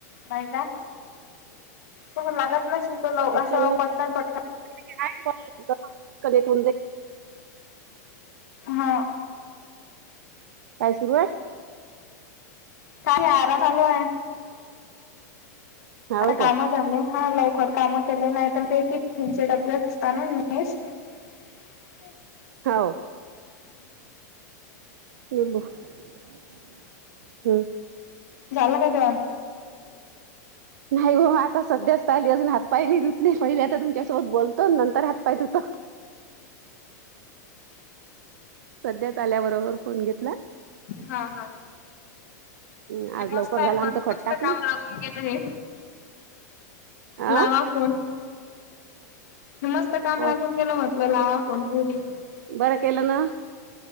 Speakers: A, on the left; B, on the right.
A: नाही का, तू लागत नसली तर
B: त्याच्या
A: अस
B: मग
A: पटकन पटकन.
B: <unintelligible> कनेक्ट होऊन जाईल.
A: हां.
B: काय सुरुवात.
A: काय आराम चालू आहे,
B: हाव
A: आता काम
B: काय
A: झा हा लवकर काम केले नाही, ते स्टीफन चे डब्बे असतात ना नाइस. <inaudible>
B: हो. <unintelligible> हम्म.
A: झालं का जेवणं.
B: नाही ओ आता सध्याच आली, अजून हात पाय नाही धुत नाही पहिले आता तुमच्यासोबत बोलतो, नंतर हात पाय धुतो. सध्याच आल्याबरोबर फोन घेतला.
A: हा हा.
B: अ..
A: हे
B: आज
A: मस्त
B: लवकर
A: आहे
B: झाला, आमच
A: पण
B: खत
A: मस्त
B: टाकन.
A: काम लागून गेलं हे
B: आं..
A: लावा फोन. मस्त काम
B: हो
A: लागून, गेलं म्हटलं लावा फोन होवू दे.
B: बरं केलं ना.